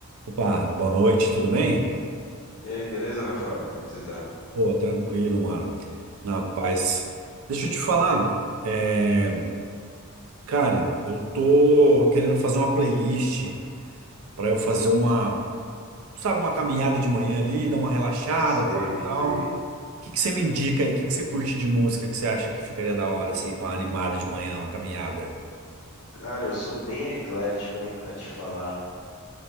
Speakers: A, on the right; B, on the left.
A: Opa, boa noite, tudo bem?
B: E aí, beleza, Rafael? Como é que você tá?
A: Pô, tranquilo, mano. Na paz. Deixa eu te falar, é, cara, eu tô querendo fazer uma playlist pra eu fazer uma, sabe, uma caminhada de manhã ali, dar uma relaxada,
B: Sei,
A: pá, e tal.
B: sei.
A: O que que você me indica aí? O que que você curte de música que você acha que ficaria da hora, assim, pra uma animada de manhã, uma caminhada?
B: Cara, eu sou bem eclético, hein, pra te falar.